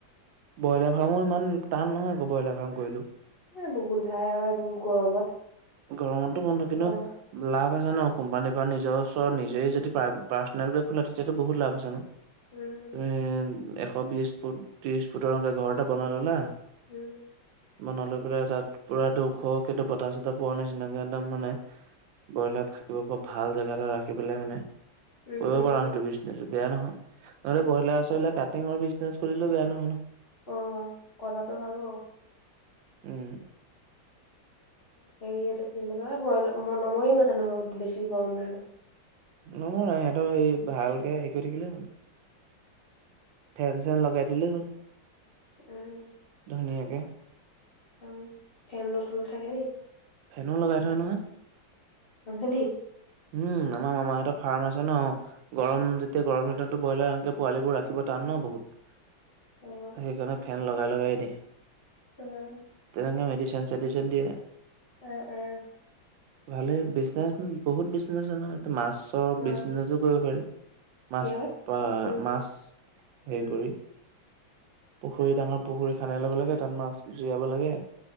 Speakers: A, on the right; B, on the left.
A: ব্ৰইলাৰ ফাৰ্মো ইমান টান নহয় আকৌ ব্ৰইলাৰ ফাৰ্ম কৰিলো
B: নবোৰ গোন্ধাই আৰু এইবোৰ গৰমত
A: গৰমতো বন্ধ কিন্তু
B: মৰে
A: লাভ আছে ন কোম্পানীৰ পৰা নিজৰ ওচৰ নিজে যদি পাৰ্চনেলকে খোলা তেতিয়াতো বহুত লাভ আছে ন
B: উম
A: তুমি এশ বিশ ফুট ত্ৰিছ ফুটৰকে ঘৰ এটা বনাই ল'লা
B: উম
A: বনালৈ পেলাই তাত পুৰা দুশকেইো বতাহ চতাহ পোৱা নিচিনাকে একদম মানে ব্ৰইলাৰ থাকিব পৰা ভাল জাগা এটা ৰাখি পেলাই মানে
B: উম
A: কৰিব পাৰো সেইটো বিজনেচ বেয়া নহয় নহ'লে
B: উম
A: ব্ৰইলাৰ চইলাৰ কাটিঙৰ বিজনেছ কৰিলেও বেয়া নহয় ন
B: অ কথাটো ভালো
A: উম
B: স ইতে কিা মনময় গ জানো বেছি গৰম নে
A: নমৰা সিহঁতৰ স ভালকে হেৰি কৰি থাকিলে হ'ল ফেন চেন লগাই দিলেই হ'ল
B: উম
A: ধুনীয়াকৈ
B: ত ফেন লচ থাকে ন
A: ফেনো লগাই থয় নহয়
B: অখ <unintelligible>
A: উম আমাৰ মামাহঁতে ফাৰ্ম আ ছে ন গৰম যেতিয়া গৰম দিনতো ব্ৰয়লাৰ সেনেকে পোৱালিবোৰ ৰাখিব টান ন বহুত
B: উম
A: সেইকাৰণে ফেন লগাই লগাই দি
B: উম
A: ইে মেডিচিন সেডিচিন দিয়ে
B: উম উম
A: ভালে বিজনেছ বহুত বিজনেচ নহয়তে মাছৰ
B: অ
A: বিজনেচো কৰিব পাৰি মাছ
B: কি হয়
A: প
B: উম
A: মাছ হেৰি
B: উম,
A: কৰি পুখুৰী ডাঙৰ পুখুৰী খানাই ল'ব লাগে তাত মাছ জীয়াব লাগে